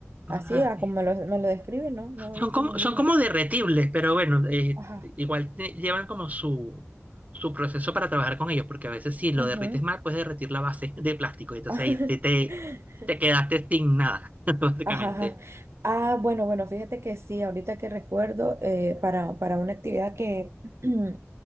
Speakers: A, on the right; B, on the right.
A: no
B: Así,
A: las
B: ah,
A: ves.
B: como me lo, me lo describe, no, no he
A: Son
B: visto
A: como,
B: ninguno.
A: son como derretibles, pero bueno, eh,
B: Ajá.
A: igual te- llevan como su, su proceso para trabajar con ellos, porque a veces si lo
B: Ujú.
A: derrites mal, puedes derretir la base de plástico, y entonces
B: <laughs>
A: ahí te, te, te quedaste sin nada, <laughs> básicamente.
B: Ajá, ajá. Ah, bueno, bueno, fíjate que sí, ahorita que recuerdo, eh, para, para una actividad que, <clears throat>